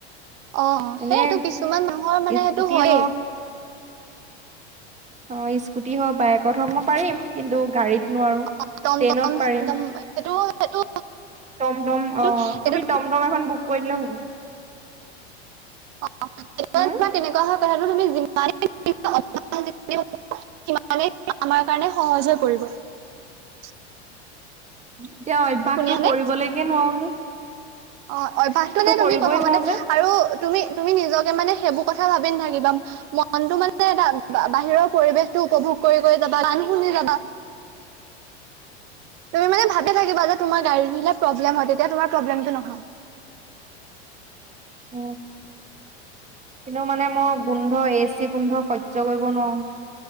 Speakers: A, on the right; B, on the right.
A: অ
B: এনে
A: সেইটো কিছুমান মানুহৰ মানে
B: স্কুটি
A: সেইটো হয়েই।
B: হওক অ স্কুটি হওক, বাইকত হওক মই পাৰিম। কিন্তু গাড়ীত নোৱাৰো।
A: অম
B: ট্ৰেইনত
A: টমটম-চমটম
B: পাৰিম
A: সেইটো- সেইটো
B: টমটম
A: কিন্তু
B: অ তুমি
A: এইটো
B: টমটম এখন বুক কৰিলে হ'ব।
A: <unintelligible> <unintelligible>
B: হম
A: আমাৰ কাৰণে সহজ হৈ পৰিব
B: এতিয়া অভ্যয়াসতটো
A: শুনিয়ানে
B: কৰিবলৈকে নোৱাৰো যে।
A: অ অভ্যাসটো নে তুমি
B: কৰিবই
A: প্ৰথমতে
B: নোৱাৰো যে
A: আৰু তুমি তুমি নিজকে মানে সেইবোৰ কথা ভাবি নথাকিবা। মনতটো মানে এটা বাহিৰৰ পৰিৱেশতটো উপভোগ কৰি যাবা। গান শুনি <unintelligible> তুমি মানে ভাবি থাকিবা যে তোমাৰ গাৰী উঠিলে প্ৰব্লেম হয়, তেতিয়া তোমাৰ প্ৰব্লেমটো নহ
B: উম। কিন্তু মানে মই গোন্ধ এ চি গোন্ধ সহ্য কৰিব নোৱাৰোঁ।